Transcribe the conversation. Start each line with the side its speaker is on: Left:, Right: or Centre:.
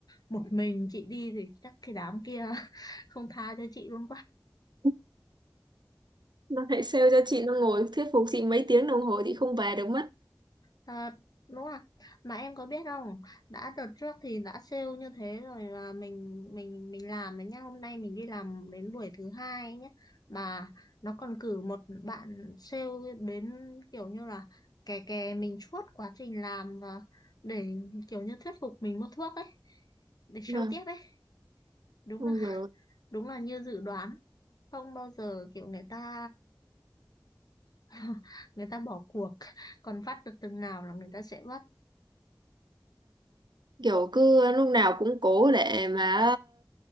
Left: một mình chị đi thì chắc cái đám kia <laughs> không tha cho chị luôn
Right: <laughs> Nó lại sale cho chị nó ngồi thuyết phục chị mấy tiếng đồng hồ chị không về được mất.
Left: À, đúng rồi. Mà em có biết không, đã đợt trước thì đã sale như thế rồi là mình mình mình làm đấy nhá. Hôm nay mình đi làm đến buổi thứ hai ấy nhá. Mà nó còn cử một bạn sale đến kiểu như là kè kè mình suốt quá trình làm và để kiểu như thuyết phục mình mua thuốc ấy, để sale
Right: Vâng.
Left: tiếp ấy. Đúng
Right: Ôi
Left: là
Right: rồi.
Left: đúng là như dự đoán, không bao giờ kiểu người ta <laughs> người ta bỏ cuộc, còn vắt được từng nào là người ta sẽ vắt.
Right: kiểu cứ lúc nào cũng cố để mà